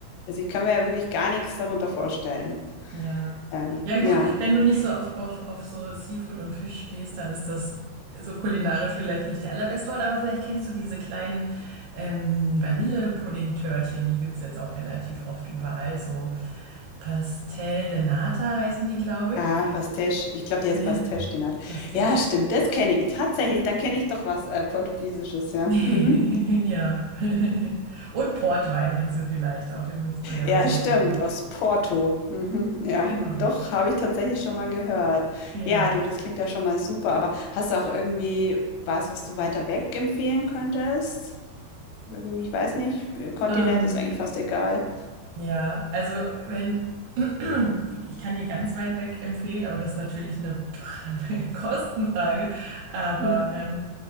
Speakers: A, on the left; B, on the right.
A: Also ich kann mir ja wirklich gar nichts darunter vorstellen.
B: Ja.
A: Ähm,
B: Ja gut,
A: ja.
B: wenn du nicht so auf, auf, auf so Seafood und Fisch stehst, dann ist das so kulinarisch vielleicht nicht der allerbeste Ort, aber vielleicht kennst du diese kleinen ähm, Vanillepudding-Törtchen, die gibt's jetzt auch relativ oft überall, so Pastel de Nata heißen die, glaube
A: Ah,
B: ich.
A: Pastéis. Ich glaube, die heißen
B: Ja,
A: Pastéis, den hat.
B: Pastiche.
A: Ja, stimmt,
B: <laughs>
A: das kenne ich tatsächlich. Dann kenne ich doch was äh, Portugiesisches, ja.
B: Ja.
A: Mhm.
B: <laughs> Und Portwein kennst du vielleicht auch, den benutzt man ja manchmal
A: Ja, stimmt,
B: auch super.
A: aus Porto. Mhm, ja,
B: Genau.
A: doch, habe ich tatsächlich schon mal gehört.
B: Ja.
A: Ja, du, das klingt ja schon mal super, aber hast du auch irgendwie was, was du weiter weg empfehlen könntest? Irgendwie, ich weiß nicht, Kontinent
B: Ähm,
A: ist eigentlich fast egal.
B: ja, also wenn <clears throat> ich kann dir ganz weit weg empfehlen, aber das ist natürlich eine <laughs> 'ne Kostenfrage, aber,
A: Mhm,
B: ähm,